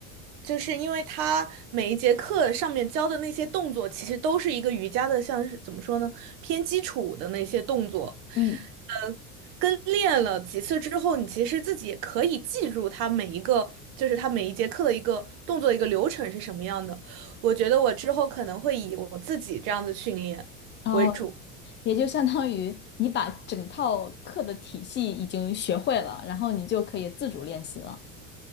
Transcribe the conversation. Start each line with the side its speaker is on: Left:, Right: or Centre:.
Right: 就是因为他每一节课上面教的那些动作，其实都是一个瑜伽的，像是怎么说呢，偏基础的那些动作，
Left: 嗯。
Right: 呃，跟练了几次之后，你其实自己也可以记住他每一个，就是他每一节课的一个动作一个流程是什么样的。我觉得我之后可能会以我自己这样的训练为主。
Left: 然后也就相当于你把整套课的体系已经学会了，然后你就可以自主练习了。